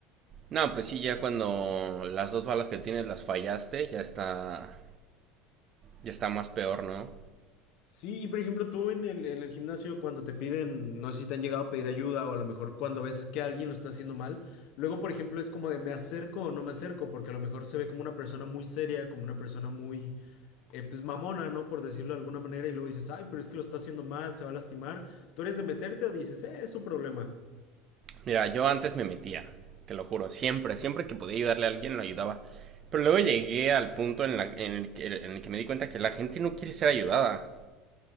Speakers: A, on the right (about 40°); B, on the left (about 60°).
A: No, pues sí, ya cuando las dos balas que tienes las fallaste, ya está ya está más peor, ¿no?
B: Sí, y por ejemplo, tú en el, en el gimnasio cuando te piden, no sé si te han llegado a pedir ayuda o a lo mejor cuando ves que alguien lo está haciendo mal, luego, por ejemplo, es como de me acerco o no me acerco, porque a lo mejor se ve como una persona muy seria, como una persona muy, eh, pues mamona, ¿no? Por decirlo de alguna manera, y luego dices, ay, pero es que lo está haciendo mal, se va a lastimar. ¿Tú eres de meterte o dices, eh, es su problema?
A: Mira, yo antes me metía, te lo juro, siempre, siempre que podía ayudarle a alguien lo ayudaba. Pero luego llegué al punto en, la, en, el, que, en el que me di cuenta que la gente no quiere ser ayudada.